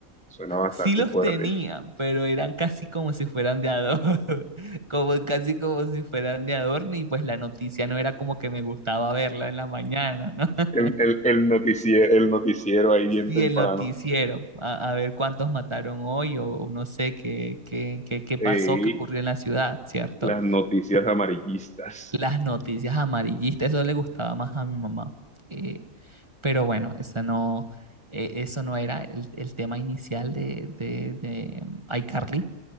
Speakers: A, in the centre; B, on the right.
A: Suena bastante
B: Sí los
A: fuerte.
B: tenía, pero eran casi como si fueran de adorno, <laughs> como casi como si fueran de adorno y pues la noticia no era como que me gustaba verla en la mañana, ¿no? <laughs>
A: El, el, el noticiero, el noticiero ahí bien
B: Sí,
A: temprano.
B: el noticiero, a, a ver cuántos mataron hoy o, o no sé qué, qué, qué, qué pasó,
A: Ey,
B: qué ocurrió en la ciudad, ¿cierto?
A: las noticias amarillistas.
B: Las noticias amarillistas, eso le gustaba más a mi mamá. Eh, pero bueno, eso no, eh, eso no era el, el tema inicial de, de, de mm, iCarly.